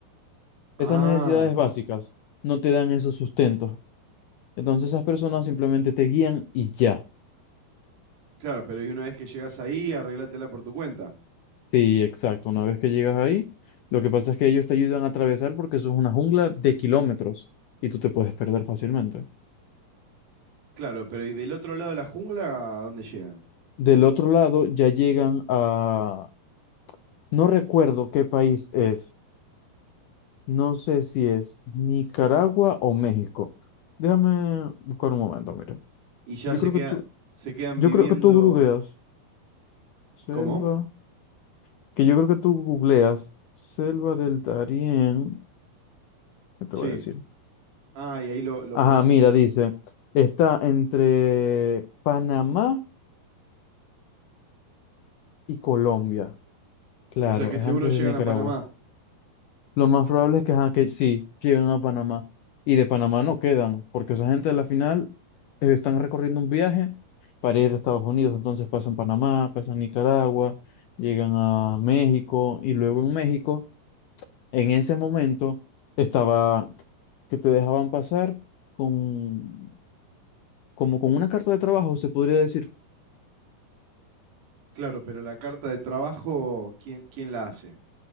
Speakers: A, on the right; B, on the left.
A: Ah.
B: esas necesidades básicas no te dan esos sustentos. Entonces esas personas simplemente te guían y ya.
A: Claro, pero y una vez que llegas ahí, arreglátela por tu cuenta.
B: Sí, exacto. Una vez que llegas ahí, lo que pasa es que ellos te ayudan a atravesar porque eso es una jungla de kilómetros y tú te puedes perder fácilmente.
A: Claro, pero y del otro lado de la jungla, ¿a dónde llegan?
B: Del otro lado ya llegan a... No recuerdo qué país es. No sé si es Nicaragua o México. Déjame buscar un momento, mira.
A: Y ya
B: Yo
A: se
B: creo
A: queda,
B: que tú,
A: se quedan
B: yo
A: viviendo.
B: creo que tú googleas selva,
A: ¿Cómo?
B: que yo creo que tú googleas selva del Darién, ¿qué te
A: Sí.
B: voy a decir?
A: Ah, y ahí lo, lo
B: Ajá,
A: puedes encontrar.
B: mira, dice, está entre Panamá y Colombia. Claro,
A: O sea que
B: es
A: seguro
B: antes
A: llegan
B: de Nicaragua.
A: a Panamá.
B: Lo más probable es que, ajá, que sí, lleguen a Panamá. Y de Panamá no quedan, porque esa gente a la final eh, están recorriendo un viaje para ir a Estados Unidos. Entonces pasan Panamá, pasan Nicaragua, llegan a México y luego en México, en ese momento, estaba que te dejaban pasar con, como con una carta de trabajo, se podría decir,
A: Claro, pero la carta de trabajo, ¿quién, quién la hace?